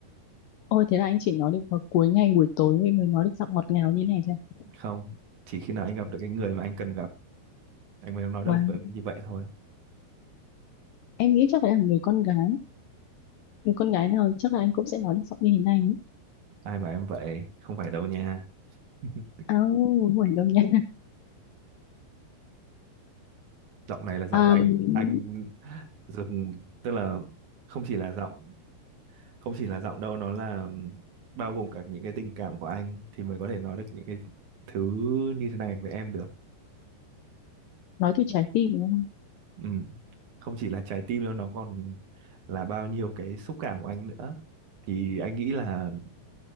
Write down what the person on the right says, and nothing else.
không chỉ khi nào anh gặp được cái người mà anh cần gặp anh mới nói được
với- như vậy thôi
ai mà em vậy không phải đâu nha <laughs>
giọng này là giọng
anh anh dùng tức là không chỉ là giọng không chỉ là giọng đâu nó là bao gồm cả những cái tình cảm của anh thì mới có thể nói được những cái thứ như thế này với em được
ừ. không chỉ là trái tim đâu nó còn là bao nhiêu cái xúc cảm của anh nữa thì anh nghĩ là